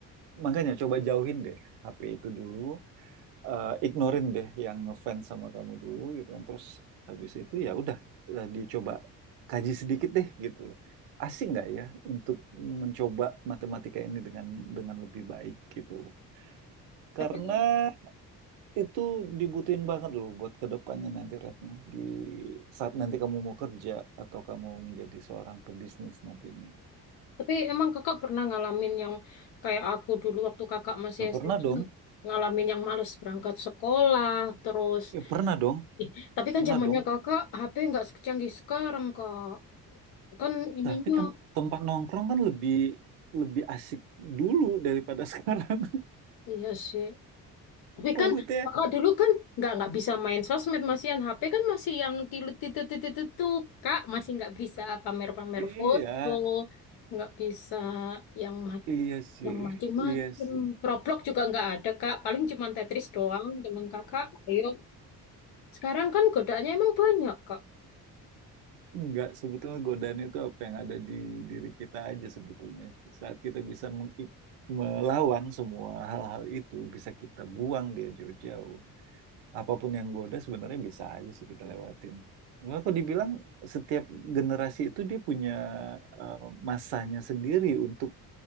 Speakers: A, on the right (about 55°); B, on the left (about 45°).
A: makanya coba jauhin deh HP itu dulu, eh, ignorin deh yang ngefans sama kamu dulu gitu kan terus habis itu ya udah eh, dicoba kaji sedikit deh gitu loh asik nggak ya untuk mencoba matematika ini dengan dengan lebih baik gitu loh karena
B: tapi
A: itu dibutuhin banget loh buat kedepannya nanti Retno di saat nanti kamu mau kerja atau kamu menjadi seorang pebisnis nantinya
B: Tapi emang kakak pernah ngalamin yang kayak aku dulu waktu kakak masih
A: ya pernah
B: SMA
A: dong
B: ngalamin yang males berangkat sekolah terus
A: ya pernah dong
B: Ih, tapi
A: pernah
B: kan zamannya
A: dong
B: kakak HP nggak secanggih sekarang kak kan ininya
A: Tapi tem- tempat nongkrong kan lebih lebih asik dulu daripada <laughs> sekarang.
B: iya sih tapi
A: Maksudnya,
B: kan kakak dulu kan nggak nggak bisa main sosmed masih yang HP kan masih yang tilu titu titu titu kak masih nggak bisa pamer-pamer
A: iya,
B: foto nggak bisa yang
A: iya sih,
B: yang macem-macem.
A: iya sih.
B: Roblox juga nggak ada, Kak. Paling cuma Tetris doang teman kakak. Ayo. Sekarang kan godaannya emang banyak, Kak.
A: Enggak, sebetulnya godaan itu apa yang ada di diri kita aja sebetulnya. Saat kita bisa mengik- melawan semua hal-hal itu, bisa kita buang dia jauh-jauh. Apapun yang goda sebenarnya bisa aja sih kita lewatin. Cuma kok dibilang setiap generasi itu dia punya eh, masanya sendiri untuk